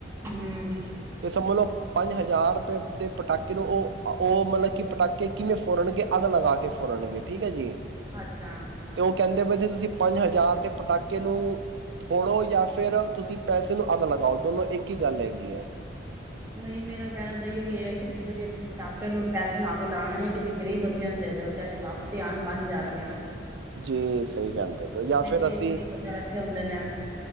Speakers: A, on the right; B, on the right.
A: ਹੂੰ
B: ਤੇ ਸਮਝ ਲਓ ਪੰਜ ਹਜ਼ਾਰ ਰੁਪਏ ਦੇ ਪਟਾਕੇ ਨੂੰ ਉਹ, ਉਹ ਮਤਲਬ ਕਿ ਪਟਾਕੇ ਕਿਵੇਂ ਫੋੜਨਗੇ ਅੱਗ ਲਗਾ ਕੇ ਫੋੜਨਗੇ ਠੀਕ ਹੈ ਜੀ।
A: ਅੱਛਾ।
B: ਤੇ ਉਹ ਕਹਿੰਦੇ ਵੈਸੇ ਤੁਸੀਂ ਪੰਜ ਹਜ਼ਾਰ ਤੇ ਪਟਾਕੇ ਨੂੰ ਫੋੜੋ ਜਾਂ ਫਿਰ ਤੁਸੀਂ ਪੈਸੇ ਨੂੰ ਅੱਗ ਲਗਾਓ, ਦੋਨੋਂ ਇੱਕ ਹੀ ਗੱਲ ਹੈਗੀ ਐ।
A: ਨਹੀਂ ਮੇਰਾ ਕਹਿਣਾ ਬਈ ਆਇਓ ਹੈ ਕਿ ਜੇ ਪਟਾਕੇ ਨੂੰ ਪੈਸੇ ਨੂੰ ਅੱਗ ਲਾਣਾ ਹੀ ਐ ਕਿਸੇ ਗ਼ਰੀਬ ਬੰਦਿਆਂ ਨੂੰ ਦੇ ਦਿਓ, ਚਾਹੇ ਤੇ ਕੰਮ ਤੇ ਆਣ ਪੰਜ ਹਜ਼ਾਰ ਰੁਪਏ ਆਨ।
B: ਜੀ ਸਹੀ ਕਹਿੰਦੇ ਪਏ ਜਾਂ ਫਿਰ
A: ਗਰੀਬ
B: ਅਸੀਂ
A: ਗਰੀਬ ਬੰਦੇ ਬੈਠੇ ਹੁੰਦੇ ਨੇ